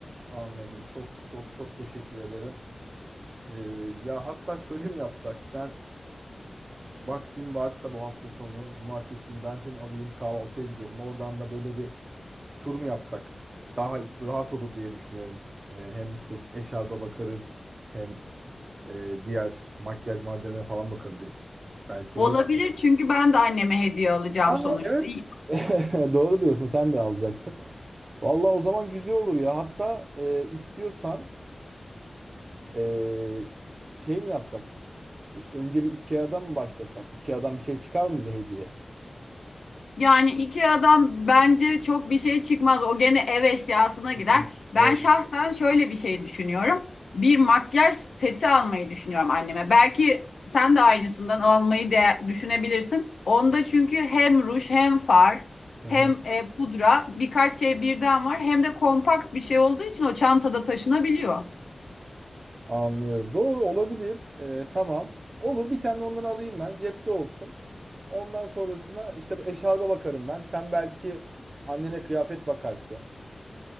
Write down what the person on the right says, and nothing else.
Anladım. Çok çok çok teşekkür ederim. Ee, ya hatta şöyle mi yapsak? Sen vaktin varsa bu hafta sonu cumartesi günü ben seni alayım kahvaltıya gidelim. Oradan da böyle bir tur mu yapsak? Daha rahat olur diye düşünüyorum. Ee, hem işte eşarba bakarız hem e, diğer makyaj malzemelerine falan bakabiliriz. Belki
öyle bir şey.
Aa,
evet.
<laughs> Doğru diyorsun. Sen de alacaksın. Vallahi o zaman güzel olur ya. Hatta e, istiyorsan e, şey mi yapsak? Önce bir IKEA'dan mı başlasak? IKEA'dan bir şey çıkar mı bize hediye?
Hı
hı.
Doğru.
Hı
hı.
Anlıyorum. Doğru olabilir. E, tamam. Olur bir tane ondan alayım ben. Cepte olsun. Ondan sonrasına işte bu eşarba bakarım ben. Sen belki annene kıyafet bakarsın.